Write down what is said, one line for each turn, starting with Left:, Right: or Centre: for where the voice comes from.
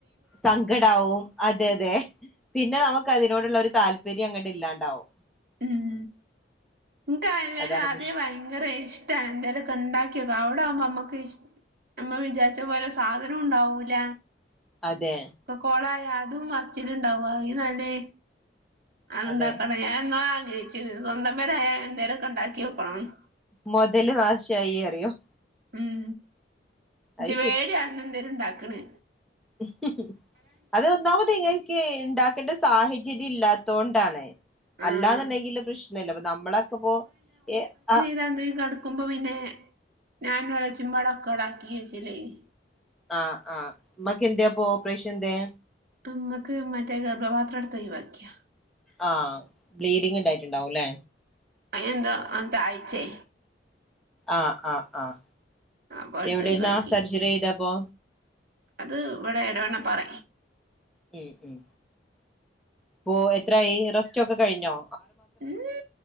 Centre: സങ്കടാവും അതെ അതെ പിന്നെ നമുക്ക് അതിനോടുള്ള ഒരു താല്പര്യ ങ്ങട്ട് ഇല്ലാണ്ടാവും
Right: ഇം ഇൻക്ക് അല്ലേലു
Centre: അതാണ്
Right: ആദ്യേ
Centre: പ്രശ്നം
Right: വയ് ഭങ്കര ഇഷ്ട എന്താലും കണ്ടാക്കിയൊക്കെ അവ്ടാവുമ്പോ നമ്മുക്ക് ഇഷ് നമ്മൾ വിചാരിച്ച പോലെ സാധനുണ്ടാവൂല
Centre: അതെ
Right: ഇപ്പൊ കൊളായ അതും ഫസ്റ്റിലിണ്ടാവും അയിലുമ് നല്ലേ അത്
Centre: അതെ
Right: ഉണ്ടാക്കണം ഞാൻ എന്നോ ആഗ്രഹിച്ചിനി സ്വന്തം പെരായാൽ എന്തേലൊക്കെ ഉണ്ടാക്കിയോക്കണംന്ന്
Centre: മൊതല് നാശായി അറിയോഹ്
Right: ഉം ഇച്ച്
Centre: അത്
Right: വേട്യാണ്ന്തേലണ്ടാക്കണ്
Centre: ഹ് ഹ് അത് ഒന്നാമത് ഇൻക്ക് ഇണ്ടാക്കേണ്ട സാഹചര്യം ഇല്ലാത്തൊണ്ടാണ്
Right: ആഹ്
Centre: അല്ലാന്നുണ്ടെങ്കില് പ്രശ്നല്ല അപ്പൊ നമ്മളൊക്കെപ്പോ എ ആ
Right: എന്തയുകട <unintelligible> വക്കുമ്പോ പിന്നെ ഞാൻ എളച്ചിമ്പാട ഒക്കെ ഉടാക്കിഴച്ചില്ലേനി
Centre: ആ ആ മ്മക്ക് എന്തേപ്പൊ ഓപ്പറേഷന്തെ
Right: അമ്മക്ക് മറ്റേ ഗർഭപാത്രം എടുത്ത് ഒഴിവാക്കി
Centre: ആഹ് ബ്ലീഡിങ് ഇണ്ടായിട്ടുണ്ടാവു ല്ലെ
Right: അയിനന്ത അന്ത തായ്ച്ചെ
Centre: ആഹ് ആഹ് ആഹ
Right: അപ്പൊ എടുത്ത്
Centre: എവിടെന്നാ
Right: ഒഴിവാക്കി
Centre: സർജറി ചെയ്തെ അപ്പോ
Right: അത് ഇവിടെ എടവണ്ണ പാറ
Centre: ഹം ഹം ഇപ്പൊ എത്രായി റെസ്റ്റ് ഒക്കെ കയിഞ്ഞോ
Right: ഊമ്.